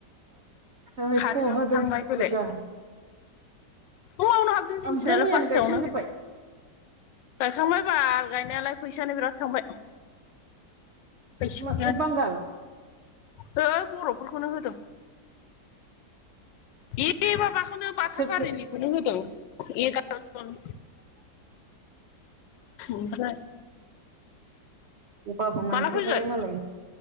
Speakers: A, on the right; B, on the left.
A: ओइ
B: कारेन्टआबो
A: फुङाव हादों
B: थांलाय
A: गिर्जा
B: फैलाय। फुङावनो हाबदों जोंनिथिंजायना
A: ओमफ्राय मैयानो
B: फास्थायावनो।
A: गायखांजोब्बाय
B: गायखांबाय बाल गायनायालाय फैसायानो बिराद थांबाय। <unintelligible> हो
A: मा ए बांगाल
B: बर'फोरखौनो होदों। ए माबाखौनो बाथा
A: सोर
B: बारिनिखौनो
A: सोर
B: होदों एगार'जन। ओमफ्राय
A: गगाबो मोनफैबाय
B: माला फैगोन
A: मालाय,